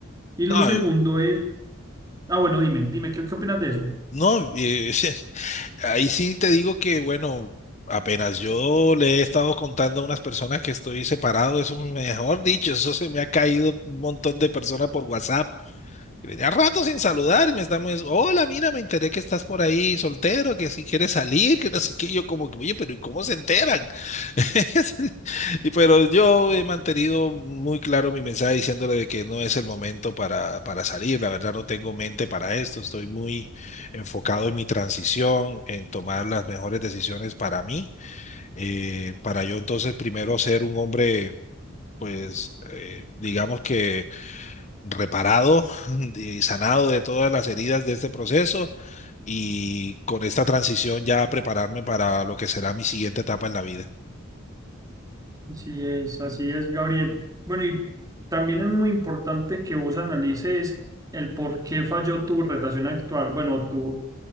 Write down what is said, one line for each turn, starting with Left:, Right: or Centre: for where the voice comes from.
Right: Y lo
Left: No,
Right: segundo es, ah, bueno, dime, dime, ¿qué, qué opinas de eso?
Left: No, eh, <laughs> ahí sí te digo que, bueno, apenas yo le he estado contando a unas personas que estoy separado, eso mejor dicho, eso se me ha caído un montón de personas por WhatsApp. Tenía rato sin saludar, y me estamos, hola, mira, me enteré que estás por ahí soltero, que si quieres salir, que no sé qué, Y yo como, que, oye, pero ¿y cómo se enteran? <laughs> Y pero yo he mantenido muy claro mi mensaje diciéndole de que no es el momento para, para salir. La verdad no tengo mente para esto. Estoy muy enfocado en mi transición, en tomar las mejores decisiones para mí, eh, para yo entonces primero ser un hombre, pues, eh, digamos que reparado <laughs> y sanado de todas las heridas de este proceso y con esta transición ya prepararme para lo que será mi siguiente etapa en la vida.
Right: Así es, así es, Gabriel. Bueno, y también es muy importante que vos analices el por qué falló tu relación actual, bueno, tu,